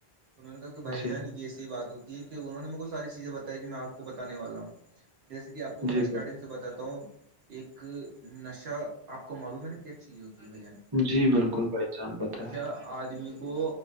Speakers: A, on the right; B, on the right.
A: تو انہ نے کہا کہ بھائی
B: جی
A: جان یہ سی بات ہو یک ہے انہوں نے میرے کو ساری چیزیں بتائی جو میں آپ کو بتے والا ہوں جیسے کہ آ کو
B: جی
A: میں اسٹارٹنگ سے باتا ہوں ایک نشہ آپ کو معلوم ہے نا کیا چیز ہوتی ہے بھ جان
B: جی بالکل بھائی جان پتہ
A: نشا
B: ہے
A: آدمی کو